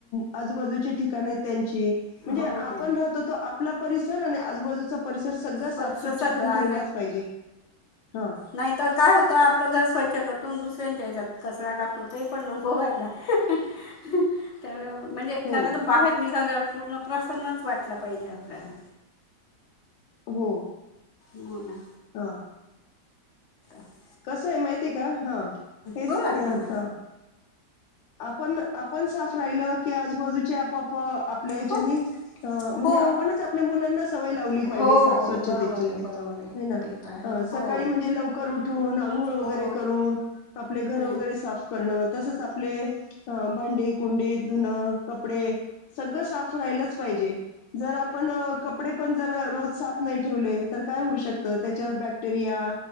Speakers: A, on the left; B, on the left.
A: आजूबाजूचे ठिकाण आहे, त्यांची म्हणजे
B: हो
A: आपण
B: हो
A: राहतो तो आपला परिसर. स आणि आजूबाजूचा परिसर सगळं साफ
B: परिसर
A: स्वच्छ
B: सगळा
A: आपण ठेवलाच पाहिजे हा.
B: नाहीत काय होतं आपलं घर स्वच्छ त्याच्यागतून दुसऱ्यांच्या याच्यात कचरा टाकतो ते पण नकोवायला त्. <unintelligible> यामुळे म्हणजे
A: हो,
B: खरं तर बाहेर निघाल्यावर पूर्ण प्रसन्नच वाटलं पाहिजे आपल्याला.
A: हो,
B: मणा
A: हां.
B: <unintelligible>
A: कसं आहे माहिती हा हेच
B: बोला
A: हा.
B: ना बोला
A: आपण आपण साफ राहिलं की, आजूबाजूचे आपोआप आपल्या हच्याने
B: हो
A: अ म्हणजे
B: हो
A: आपणच, आपल्या मुलांना सवय लावली
B: हो
A: पाहिजे साफ स्वच्छतेची.
B: बरोबर आहे बरोबर आहे
A: ह ना
B: ते तर आहे
A: सकाळी
B: हो
A: म्हणजे लवकर उठ हो ना आंघोळ वगैरे
B: हो
A: करून आपले घर
B: हम्म
A: वगैरे साप करण तस आपले भांडी, कुंडी धुणं, कपडे सगळं साफ राहिलंच पाहिजे जर आपण अ कपडे पण, जर रोज साफ नाही ठेवले तर काय होऊ शकत. त्याच्यावर बॅक्टेरिया